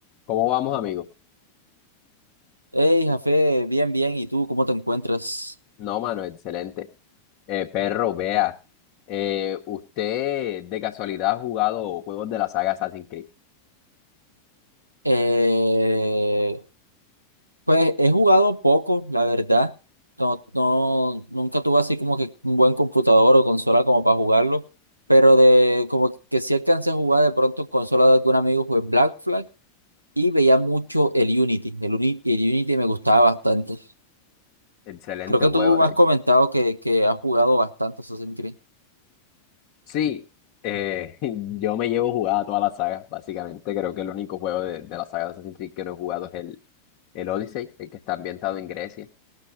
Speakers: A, on the left; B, on the right.
A: ¿Cómo vamos, amigo?
B: Hey, Jafé, bien, bien. ¿Y tú cómo te encuentras?
A: No, mano, excelente. Eh, perro, vea, eh, usted de casualidad ha jugado juegos de la saga Assassin's Creed.
B: Eh, pues he jugado poco, la verdad. No, no, nunca tuve así como que un buen computador o consola como para jugarlo. Pero de como que sí alcancé a jugar de pronto en consola de algún amigo, jugué Black Flag y veía mucho el Unity. El, Uni- el Unity me gustaba bastante.
A: Excelente
B: Creo que
A: juego,
B: tú
A: de
B: me has
A: hecho.
B: comentado que, que has jugado bastante Assassin's Creed
A: Sí, eh, <laughs> yo me llevo jugada toda la saga, básicamente. Creo que el único juego de, de la saga de Assassin's Creed que no he jugado es el, el Odyssey, el que está ambientado en Grecia,